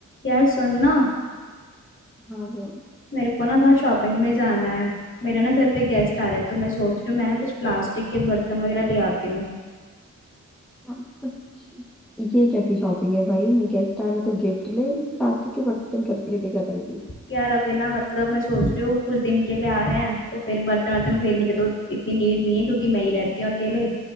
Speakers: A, on the left; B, in the centre.
A: यार सुन ना
B: हाँ वो
A: मेरे को ना बाहर शॉपिंग में जाना है मेरे ना घर पे गेस्ट आ रहे हैं तो मैं सोच रही हूँ मैं ना कुछ प्लास्टिक के बर्तन वगैरह ले आती हूँ
B: हाँ तो ये कैसी शॉपिंग है भाई गेस्ट आ रहे तो गिफ्ट ले प्लास्टिक के बर्तन कर, लेके क्या करेगी
A: यार अभी ना मतलब मैं सोच रही हूँ कुछ दिन के लिए आ रहे हैं तो फिर बर्तन वर्तन खरीदने की तो इतनी नीड नहीं है क्योंकि मैं ही रहती हूँ अकेले